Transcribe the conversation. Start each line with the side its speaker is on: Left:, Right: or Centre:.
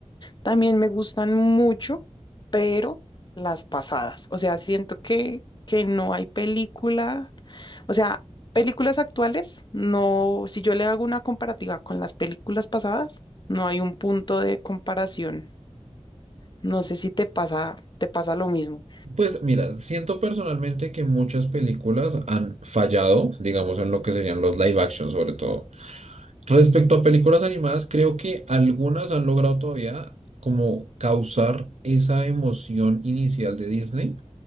Left: también me gustan mucho, pero las pasadas. O sea, siento que, que no hay película, o sea, películas actuales, no, si yo le hago una comparativa con las películas pasadas, no hay un punto de comparación. No sé si te pasa, te pasa lo mismo.
Right: Pues mira, siento personalmente que muchas películas han fallado, digamos, en lo que serían los live action, sobre todo. Respecto a películas animadas, creo que algunas han logrado todavía como causar esa emoción inicial de Disney,